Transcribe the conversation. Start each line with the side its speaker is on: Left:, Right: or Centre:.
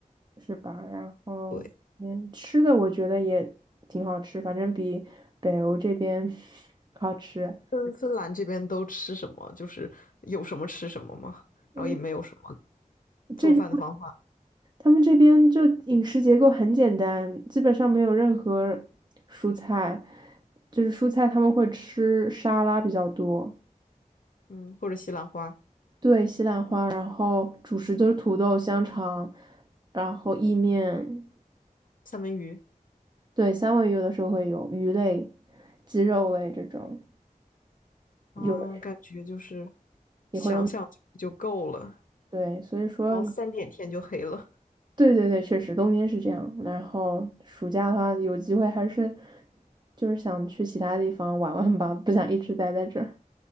Right: 是吧？然后，
Left: 对，
Right: 嗯，吃的我觉得也挺好吃，反正比北欧这边 <laughs> 好吃。
Left: 芬芬兰这边都吃什么？就是有什么吃什么吗？
Right: 嗯，
Left: 然后也没有什么
Right: 这边
Left: 做饭的方法。
Right: 他们这边就饮食结构很简单，基本上没有任何蔬菜，就是蔬菜他们会吃沙拉比较多，
Left: 嗯，或者西兰花、
Right: 对，西兰花，然后主食就是土豆、香肠，然后意面，
Left: 三文鱼
Right: 对，三文鱼有的时候会有鱼类、鸡肉类这种，
Left: 啊，
Right: 有的
Left: 感觉就是
Right: 也会有。
Left: 想想就就够了，
Right: 对，所以说，
Left: 然后三点天就黑了。
Right: 对对对，确实冬天是这样。然后暑假的话，有机会还是就是想去其他地方玩玩吧，不想一直待在这儿。